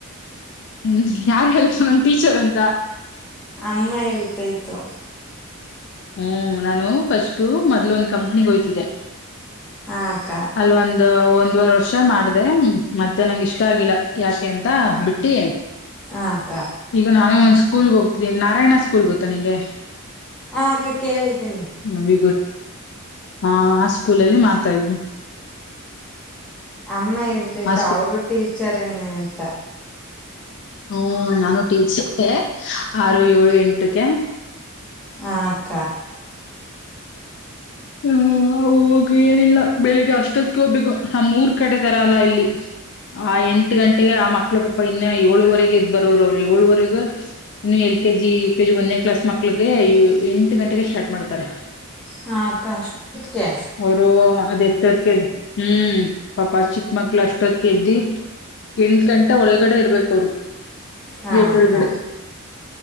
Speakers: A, on the left (about 55°); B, in the centre.
A: ಹ ಯಾರ್ ಹೇಳ್ತ ನಮ್ ಟೀಚರ್ ಅಂತ
B: ಅಮ್ಮ ಹೇಳ್ತ ಇತ್ತು
A: ಹೂ ನಾನು ಫಸ್ಟು ಮೊದ್ಲು ಒಂದು ಕಂಪ್ನಿ ಹಯ್ತಿದ್ದೆ
B: ಹಕ್ಕ
A: ಅಲ್ಲಿ ಒಂದು ಒಂದುವರೆ ವರ್ಷ ಇಷ್ಟ ಮಾಡ್ದ ಮತ್ತೆ ನಂಗ ಇಷ್ಟ ಆಗಿಲ್ಲ ಯಾಕೆ ಅಂತ ಬಿಟ್ಟಿ
B: ಹಾ ಅಕ್ಕ
A: ಈಗ ನಾನೇ ಒಂದ್ ಸ್ಕೂಲ್ ಹೋಗ್ತಿದ್ದೀ ನಾರಾಯಣ ಸ್ಕೂಲ್ ಗೊತ್ತಾ ನಿಂಗೆ
B: ಹಾ ಅಕ್ಕ ಕೇಳಿದ್ದೀನಿ
A: ನಂಗೆ ಗೊತ್ತು ಗ ಹಾ ಆ ಸ್ಕೂಲಲ್ಲಿ ಮಾತಾ ಇದವಿ
B: ಅಮ್ಮ ಹೇಳ್ತೈತ
A: ಆ
B: ಅವರು ಟೀಚರ್ ನ ಅಂತ
A: ಹೂ ನಾನು ಟೀಚರ್ಗೆ ಆರು ಏಳು ಎಂಟಕ
B: ಹ ಅಕ್ಕ
A: ಹೂ ನ ಹೋಗ ಏನಿಲ್ಲ ಬೆಳಿಗ್ಗೆ ಅಷ್ಟೊತ್ಕ ಹೋಗ್ಬೇಕು ನಮ್ಮ್ೂರ್ ಕಡೆ ತರ ಅಲ್ಲ ಇಲ್ಲಿ ಆ ಎಂಟು ಗಂಟೆಗೆ ಆ ಮಕ್ಳುಪ್ಪ ಇನ್ನೆ ಏಳುವರೆಗೆ್ದ ಬರೋರು ಅವರು ಏಳವರೆಗ ಇನ್ನು ಎಲ್ ಕೆ ಜಿ ಯ ಕೆಜಿ ಒಂದೇ ಕ್ಲಾಸ್ ಮಕ್ಳಿಗೆ ಎಂ ಗಂ ಸ್ಟ್ ಮಾಡ್ತಾರೆ
B: ಹಾ ಕಷ್ಟಕ್ಕೆ
A: ಅವರು ಅದ ಎಚ್ಚತ್ಕ ಹೂ ಪಾಪಾ ಚಿಕ್ಕ ಮಕ್ಳ ಅಷ್ಟತ್ ಕೆಜಿ ಎಂ ಗಂಟೆ ಒಳಗಡೆ ಇರ್ಬೇಕ ಅವ್ರಿ
B: ಹಾ
A: ಗೇಟ್
B: ಅಕ್ಕ
A: ಒಳಗಡೆ